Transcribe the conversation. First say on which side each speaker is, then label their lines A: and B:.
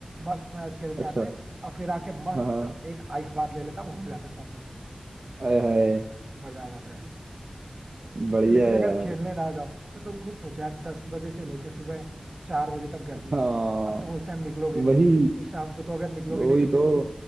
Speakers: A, on the right (about 35°); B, on the right (about 50°).
A: मस्त मैच खेल के
B: अच्छा
A: आते हैं और फिर आके मस्त
B: हाँ हाँ
A: एक आइस बात ले लेता हूँ हो जाता है परफेक्ट
B: आय हाय
A: मजा आ जाता है भाई।
B: <laughs> बढ़िया
A: लेकिन
B: है
A: अगर
B: यार
A: खेलने ना जाओ तो तुम खुद सोचो यार दस बजे से लेके सुबह चार बजे तक गर्मी
B: हाँ
A: अब तुम उस टाइम निकलोगे नहीं
B: वही
A: फिर शाम को तो अगर निकलोगे
B: वही
A: नहीं फिर
B: तो
A: तो तुम